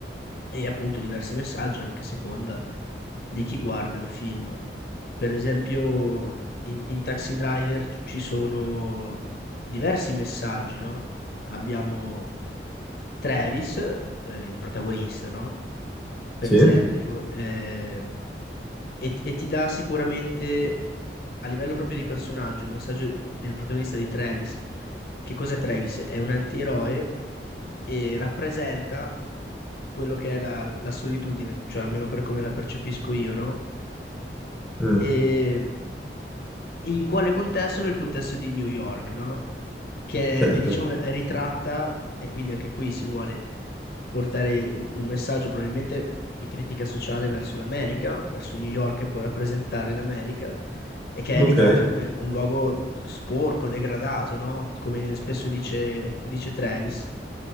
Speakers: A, on the left; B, in the centre.
A: E appunto diversi messaggi anche a seconda di chi guarda il film. Per esempio, in, in Taxi Driver ci ci sono diversi messaggi, no? Abbiamo Travis, eh, il protagonista, no? Per
B: sì,
A: esempio, eh, e, e ti dà sicuramente a livello proprio di personaggio il messaggio del protagonista di Travis. Che cos'è Travis? È un antieroe e rappresenta quello che è la, la solitudine, cioè almeno per come la percepisco io, no?
B: mm,
A: E in quale contesto? Nel contesto di New York, no? che
B: certo.
A: è, diciamo, è ritratta e quindi anche qui si vuole portare un, un messaggio probabilmente di critica sociale verso l'America, verso New York che può rappresentare l'America e che
B: Ok.
A: è ritratta come un luogo sporco, degradato, no? Come spesso dice, dice Travis.